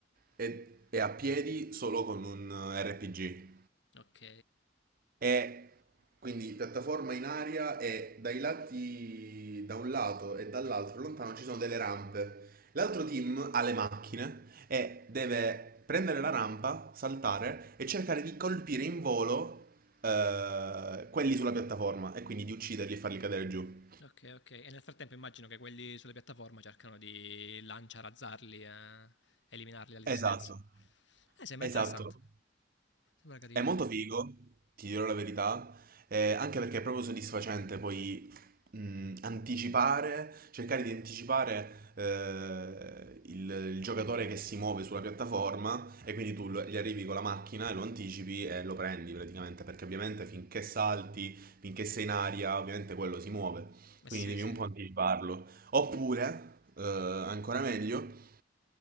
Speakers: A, on the right; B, on the left.
A: e è a piedi solo con un RPG.
B: Ok.
A: È quindi piattaforma in aria e dai lati, da un lato e dall'altro lontano ci sono delle rampe. L'altro team ha le macchine e deve prendere la rampa, saltare e cercare di colpire in volo eh, quelli sulla piattaforma e quindi di ucciderli e farli cadere giù.
B: Ok, ok. E nel frattempo immagino che quelli sulle piattaforme cercano di lanciarazzarli e eliminarli dall'esistenza.
A: Esatto.
B: Eh, sembra
A: Esatto.
B: interessante. Sembra carina.
A: È molto figo, ti dirò la verità, eh, anche perché è proprio soddisfacente poi mh, anticipare, cercare di anticipare eh, il, il giocatore che si muove sulla piattaforma e quindi tu lo- gli arrivi con la macchina e lo anticipi e lo prendi praticamente, perché ovviamente finché salti, finché sei in aria, ovviamente quello si muove,
B: Eh
A: quindi
B: sì,
A: devi
B: sì.
A: un po' anticiparlo. Oppure, eh, ancora meglio,